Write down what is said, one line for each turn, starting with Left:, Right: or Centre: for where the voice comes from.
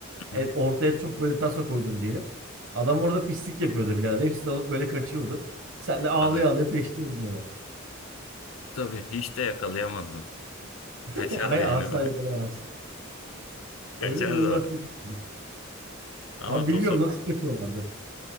Left: Hı
Right: E,
Left: hı.
Right: ortaya çok böyle Tasso koydun diyelim. Adam orada pislik yapıyordu birader. Hepsini alıp böyle kaçıyordu. Sen de ağlaya
Left: Tabii.
Right: ağlaya peşliyordun onu.
Left: Tabii. Hiç de yakalayamazdın.
Right: <laughs>
Left: Kaçardı
Right: Ay
Left: yani.
Right: asla
Left: o.
Right: yakalayamazsın.
Left: <laughs>
Right: Öyle
Left: Kaçardı
Right: durumlar
Left: o.
Right: çok oluyor.
Left: Ama
Right: Abi
Left: Toso,
Right: bilmiyorum nasıl kaçıyorlardı.